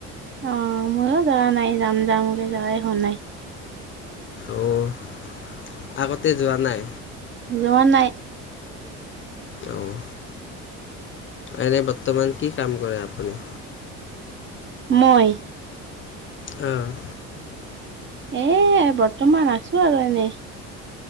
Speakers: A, on the right (about 35°); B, on the left (about 35°).
A: অ', ময়ো যোৱা নাই যাম যামকে যোৱাই হোৱা নাই।
B: অ', আগতে যোৱা নাই।
A: যোৱা নাই।
B: অ', এনে বৰ্তমান কি কাম কৰে আপুনি?
A: মই।
B: অ'।
A: এ বৰ্তমান আছো আৰু এনেই।